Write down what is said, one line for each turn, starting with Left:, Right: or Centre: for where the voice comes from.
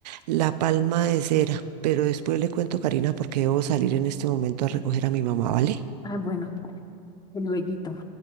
Right: La palma de cera. Pero después le cuento, Karina, porque debo salir en este momento a recoger a mi mamá, ¿vale?
Left: Ah, bueno, el lueguito.